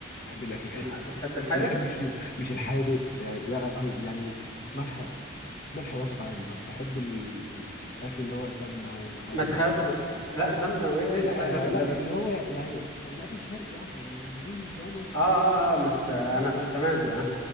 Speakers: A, on the left; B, on the left.
A: بحب الاكل الحادق
B: الح... بتحب الحادق
A: لا مش مش الحادق آه، لا أو يعني ملح ملح وسط عادي بس بحب ال- الاكل اللي هو سمنه وحاجات
B: ما تخافش
A: زي كده
B: لا سمنة وايه إيه، استهدى
A: لا
B: بالله
A: آه، لا
B: بس
A: اللي هو يعني يعني الاكل الشرقي يعني يا نبيل يعني
B: اه اه, آه مش آه
A: عادي
B: انا ف...
A: يعني
B: تمام تمام